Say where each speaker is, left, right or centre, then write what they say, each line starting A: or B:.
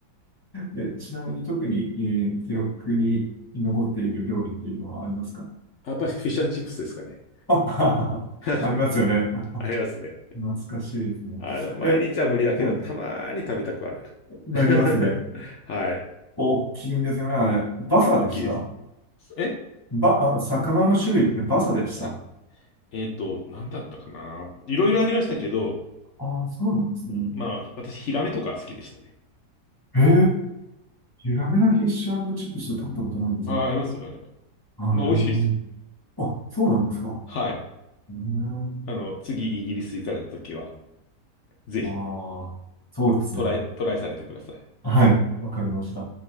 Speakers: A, on the left; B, on the left.
A: え、ちなみに特に、えー記憶に残っている料理っていうのはありますか
B: あやっぱりフィッシュチップスですかね。
A: あ、
B: <laughs>
A: <laughs> ありますよね。
B: ありますね。
A: <laughs> 懐かしいですね。
B: あの、毎日は無理だけど、
A: え、はい。
B: たまーに食べたくはなる。
A: なりますね。
B: <laughs> はい。
A: 大きいんですよね、あれ。バサでした
B: 大きいです。え、
A: ば、あ、魚の種類ってバサでした。
B: さ、えっと、なんだったかな。いろいろありましたけど、
A: ああ、そうなんですね。
B: まあ、私、ヒラメとか好きでしたね。
A: へえ、ゆらめのフィッシュチップス食べたことないです。
B: あー、
A: へえ
B: ありますよ、あれは。
A: あ、
B: まあ、美味しいですよ。
A: そうなんですか。
B: はい。
A: へえ
B: あの、次イギリス行かれた時は、ぜひ
A: ああ、そうですね。
B: トライ、トライされてください。
A: はい、わかりました。